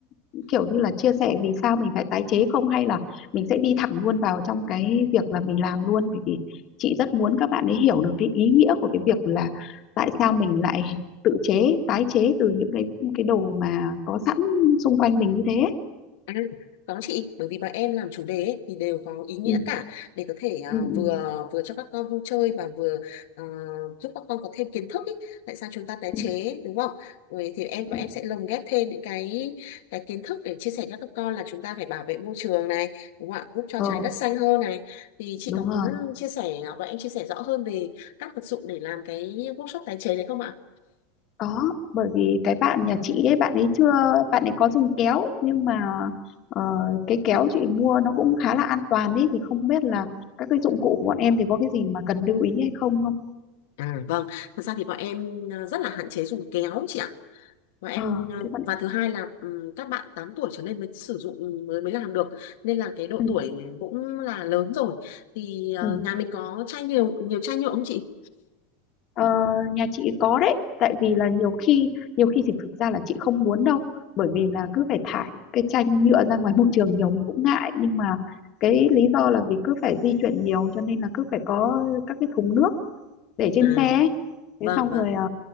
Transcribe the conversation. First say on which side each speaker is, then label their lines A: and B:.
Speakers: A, on the left; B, on the left.
A: ừ, kiểu như là chia sẻ vì sao mình phải tái chế không hay là mình sẽ đi thẳng luôn vào trong cái việc là mình làm luôn bởi vì chị rất muốn các bạn ấy hiểu được cái ý nghĩa của cái việc là tại sao mình lại <laughs> tự chế tái chế từ những cái cái đồ mà có sẵn xung quanh mình như thế ấy.
B: À, có chị, bởi vì bọn em làm chủ đề ấy, thì đều có ý nghĩa
A: ừ,
B: cả để có thể à,
A: ừ, ừ,
B: vừa vừa cho các con vui chơi và vừa à, giúp các con có thêm kiến thức ý. Tại sao chúng ta tái
A: ừ,
B: chế đúng không? Rồi thì em bọn
A: ừ. ừ.
B: em sẽ lồng ghép thêm những cái cái kiến thức để chia sẻ cho các con là chúng ta phải bảo vệ môi trường này, đúng không ạ? Giúp cho
A: ờ
B: trái đất xanh hơn này. Thì chị
A: đúng
B: có muốn
A: rồi
B: chia sẻ à, bọn em chia sẻ rõ hơn về các vật dụng để làm cái workshop tái chế đấy không ạ?
A: có bởi vì cái bạn nhà chị ấy bạn ấy chưa bạn ấy có dùng kéo nhưng mà ờ, cái kéo chị mua nó cũng khá là an toàn đấy thì không biết là các cái dụng cụ của bọn em thì có cái gì mà cần lưu ý hay không không
B: À, vâng, thật ra thì bọn em à, rất là hạn chế dùng kéo chị ạ và em
A: ờ
B: ờ,
A: thế bạn
B: và thứ hai là ừm, các bạn 8 tuổi trở lên mới sử dụng mới mới làm được nên là cái độ
A: ừ,
B: tuổi cũng là lớn rồi thì ờ,
A: ừ.
B: nhà mình có chai nhiều nhiều chai nhựa không chị
A: Ờ, nhà chị có đấy tại vì là nhiều khi nhiều khi thì thực ra là chị không muốn đâu bởi vì là cứ phải thải cái chanh nhựa ra ngoài môi trường nhiều mình cũng ngại nhưng mà cái lý do là vì cứ phải di chuyển nhiều cho nên là cứ phải có các cái thùng nước để trên
B: à
A: xe ấy.
B: vâng
A: thế xong
B: vâng
A: rồi ờ,